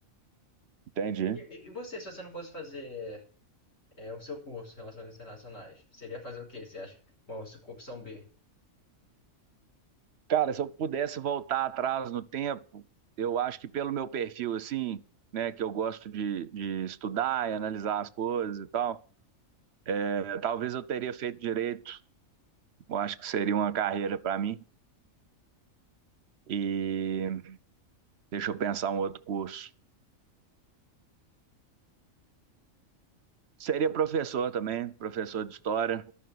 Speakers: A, on the right; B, on the left.
A: Entendi.
B: E, e e você, se você não fosse fazer é, o seu curso, Relações Internacionais, seria fazer o quê? Você acha? Uma opção B.
A: Cara, se eu pudesse voltar atrás no tempo, eu acho que pelo meu perfil, assim, né, que eu gosto de, de estudar e analisar as coisas e tal, eh, talvez eu teria feito direito. Eu acho que seria uma carreira para mim. E deixa eu pensar um outro curso. Seria professor também, professor de história.